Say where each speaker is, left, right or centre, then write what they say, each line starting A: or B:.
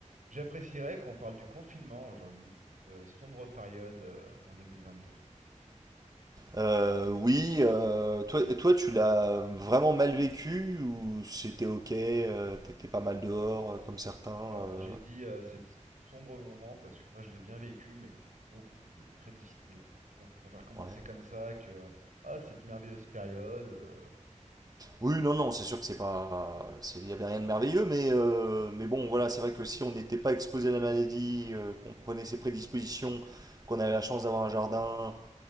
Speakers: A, on the right; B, on the right.
A: J'apprécierais qu'on parle du confinement aujourd'hui, cette euh, sombre période euh, en 2022.
B: Euh, oui, euh, toi, toi, tu l'as vraiment mal vécu ou c'était ok, euh, t'étais pas mal dehors euh, comme certains
A: Alors,
B: euh,
A: j'ai dit euh, cette, ce sombre moment parce que moi, je l'ai bien vécu, mais que pour beaucoup, ça a été très difficile. Bon, je préfère commencer
B: ouais.
A: comme ça que ah, cette merveilleuse période. euh,
B: Oui, non, non, c'est sûr que c'est pas, c'est- il y avait rien de merveilleux, mais euh, mais bon, voilà, c'est vrai que si on n'était pas exposé à la maladie, euh, qu'on prenait ses prédispositions, qu'on avait la chance d'avoir un jardin